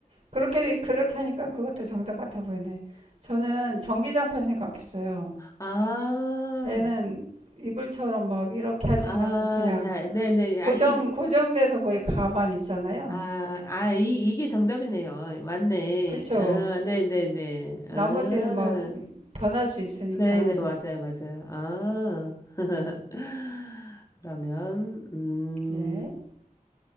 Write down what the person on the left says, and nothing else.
아,
아,
네, 네, 네.
아, 이,
아, 아, 이, 이게 정답이네요. 맞네.
아, 네, 네, 네.
아,
네, 네, 맞아요, 맞아요. 아, <laughs> 그러면, 음.